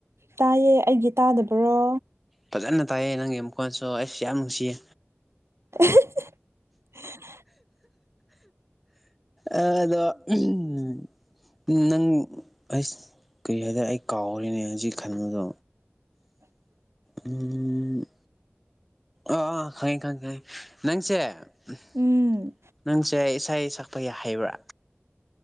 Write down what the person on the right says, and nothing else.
ꯇꯥꯏꯌꯦ ꯑꯩꯒꯤ ꯇꯥꯗꯕ꯭ꯔꯣ
<unintelligible>
<inaudible>
ꯎꯝ